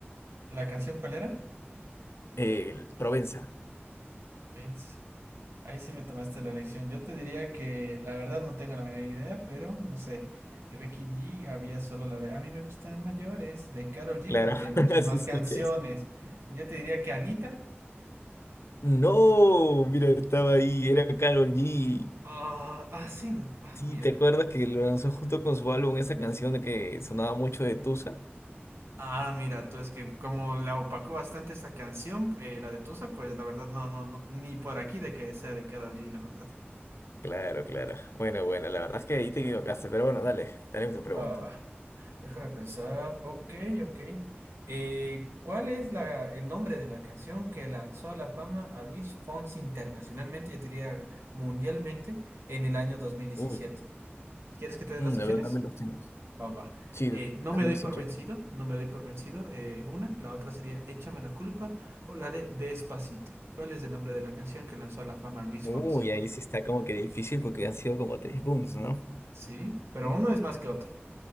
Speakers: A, on the right; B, on the left.
A: ¿La canción cuál era?
B: El- Provenza.
A: Vence. Ahí sí me tomaste la lección. Yo te diría que la verdad no tengo la menor idea, pero no sé. De Becky G había solo la de A mí me gustan mayores. De Karol G
B: Claro,
A: creo que hay muchas
B: <laughs> así
A: más
B: escuches.
A: canciones. Yo te diría que Anita.
B: No, mira, estaba ahí, era Karol G.
A: Ah, ah, sí. n- Ah,
B: Sí,
A: mira.
B: ¿te acuerdas
A: que-
B: que lo lanzó justo con su álbum esa canción de que sonaba mucho de Tusa?
A: Ah, mira, tú es que como la opacó bastante esa canción, eh, la de Tusa, pues la verdad no, no, no, ni por aquí de que sea de Karol G, la verdad.
B: Claro, claro. Bueno, bueno, la verdad es que ahí te equivocaste, pero bueno, dale, dale tu pregunta.
A: Va, va, va. Déjame pensar. Ok, ok. Eh, ¿cuál es la, el nombre de la canción que lanzó a la fama a Luis Fonsi internacionalmente, yo diría mundialmente, en el año dos mil diecisiete?
B: Uy,
A: ¿Quieres que te dé
B: mm,
A: las opciones?
B: de verdad me los temas.
A: Va, va. va.
B: Sí,
A: Eh, no
B: dame
A: me doy
B: las
A: por
B: opciones.
A: vencido, no me doy por vencido. eh, una, la otra sería Échame la culpa o la de Despacito. ¿Cuál es el nombre de la canción que lanzó a la fama a Luis
B: Uy,
A: Fonsi?
B: ahí sí está como que difícil porque han sido como tres booms, ¿no?
A: Sí, pero
B: Mm,
A: uno es más que otro,